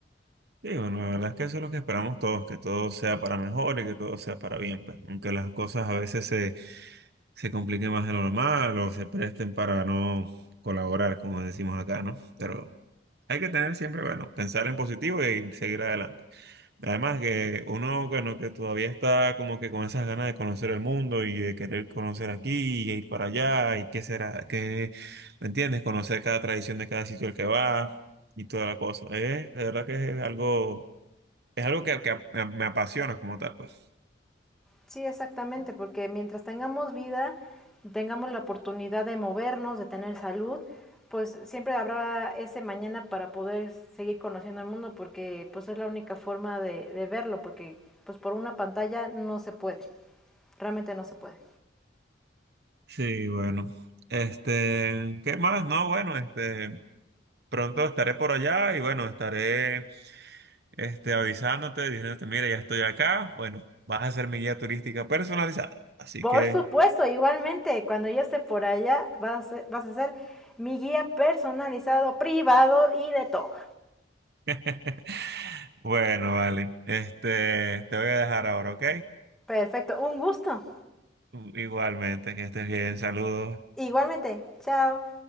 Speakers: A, on the right; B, in the centre.
A: Sí, bueno, la verdad es que eso es lo que esperamos todos, que todo sea para mejor y que todo sea para bien, pues. Aunque las cosas a veces se, se compliquen más de lo normal o se presten para no colaborar, como decimos acá, ¿no? Pero hay que tener siempre, bueno, pensar en positivo y seguir adelante. Además que uno, bueno, que todavía está como que con esas ganas de conocer el mundo y de querer conocer aquí y ir para allá y qué será, qué, ¿me entiendes? Conocer cada tradición de cada sitio al que va y toda la cosa. Es, de verdad que es algo es algo que, que me apasiona como tal, pues.
B: Sí, exactamente, porque mientras tengamos vida, tengamos la oportunidad de movernos, de tener salud, pues siempre habrá ese mañana para poder seguir conociendo el mundo, porque pues es la única forma de, de verlo, porque pues por una pantalla no se puede, realmente no se puede.
A: Sí, bueno. Este, ¿qué más? No, bueno, este, pronto estaré por allá y bueno, estaré este, avisándote, diciéndote, mira, ya estoy acá. Bueno, vas a ser mi guía turística personalizada. Así
B: Por
A: que,
B: supuesto, igualmente, cuando ya esté por allá, vas, a ser, vas a ser mi guía personalizado, privado y de todo.
A: <laughs> bueno, vale. Este, te voy a dejar ahora, ¿ok?
B: Perfecto, un gusto.
A: Igualmente, que estés bien, saludos.
B: Igualmente, chao.